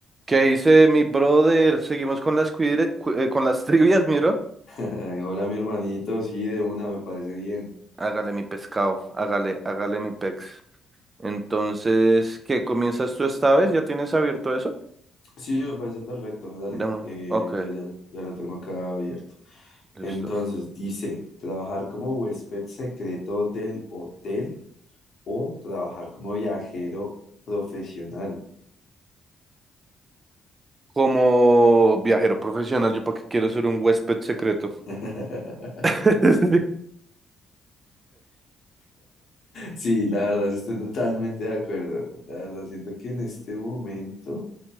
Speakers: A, on the right (about 30°); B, on the left (about 60°).
A: ¿Qué dice mi brother? Seguimos con las cuidre- cu- eh, con las <laughs> trivias, miro.
B: <laughs> Ay, Hola, mi hermanito. Sí, de una, me parece bien.
A: Hágale mi pescado, hágale, hágale mi pex. Entonces, ¿qué comienzas tú esta vez? ¿Ya tienes abierto eso?
B: Sí, me parece perfecto. Dale,
A: No,
B: eh,
A: ok,
B: ya, ya, ya lo tengo acá abierto.
A: listo.
B: Entonces, dice, trabajar como huésped secreto del hotel o trabajar como viajero profesional.
A: Como viajero profesional, yo para qué quiero ser un huésped secreto.
B: <laughs>
A: <laughs>
B: Sí, la verdad, sí estoy totalmente de acuerdo. La verdad, siento que en este momento